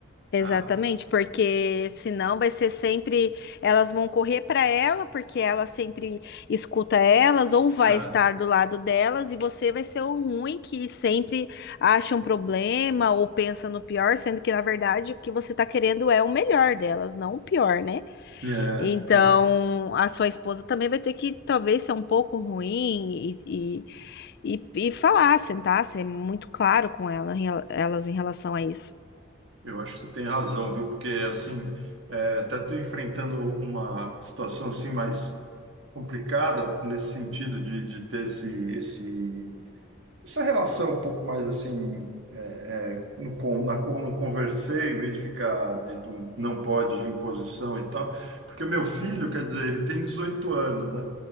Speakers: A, on the left; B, on the right.
A: Exatamente,
B: Ah,
A: porque senão vai ser sempre elas vão correr para ela, porque ela sempre escuta elas, ou vai
B: ah,
A: estar do lado delas, e você vai ser o ruim que sempre acha um problema ou pensa no pior, sendo que na verdade o que você está querendo é o melhor delas, não o pior, né?
B: é,
A: Então
B: é,
A: a sua esposa também vai ter que talvez ser um pouco ruim e, e, e, e falar, sentar, ser muito claro com ela, em rela- elas em relação a isso.
B: eu acho que você tem razão, viu? Porque, assim, é, até estou enfrentando uma situação assim mais complicada nesse sentido de, de ter esse, esse, essa relação um pouco mais assim é, é, no, con- na, con- no conversei, em vez de ficar de, do não pode de imposição e tal, porque o meu filho, quer dizer, ele tem 18 anos, né?